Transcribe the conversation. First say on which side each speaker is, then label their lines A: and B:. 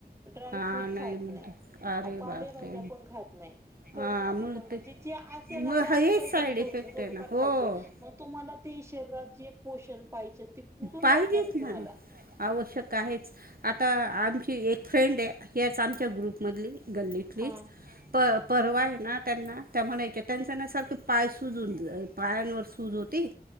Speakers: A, on the right (about 15°); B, on the right (about 65°).
A: ड्राय
B: हा
A: फ्रूट
B: नाही
A: खात
B: म्हणते
A: नाय,
B: अरे
A: अ पालेभाज्या
B: बापरे
A: पण खात नाय, कडधान्य
B: हा मग
A: पण म्हणजे
B: ते
A: जे असेल ना
B: मग
A: ते असं
B: हेच
A: काहीतरी
B: साईड
A: थो
B: इफेक्ट
A: थोडंफार
B: आहे ना हो
A: खायचं मग तुम्हाला ते शरीरात जे पोषण पाहिजे ते कुठून
B: पाहिजेच
A: भेटणार आहे
B: ना
A: तुम्हाला
B: आवश्यक आहेच आता आमच् ही एक फ्रेंडे ह्याच आमच्या ग्रुपमधली गल्लीतलीच
A: हा
B: प परवा ना त्यांना तुला म्हणायच्या त्यांच ना सारख पाय सुजून पायानवर सुज होती